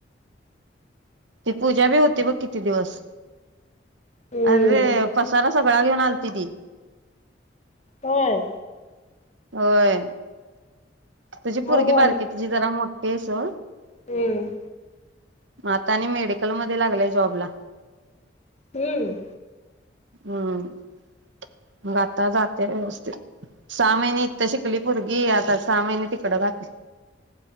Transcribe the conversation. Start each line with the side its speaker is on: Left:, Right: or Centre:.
Right: ती पूजा बी होती बघ किती दिवस.
Left: हम्म
Right: अरे पसारा सगळा घेऊन आलती ती.
Left: होय
Right: होय तुझी
Left: मग
Right: पोरगी
Left: भारी
Right: बारकी तिची जरा मो ते सोड
Left: हम्म
Right: आता आणि मेडिकल मध्ये लागलाय जॉबला.
Left: हम्म
Right: हम्म मग आता जाते व्यवस्थित. सहा महिने इथ शिकली पोरगी आता सहा माहिने तिकडं घातली.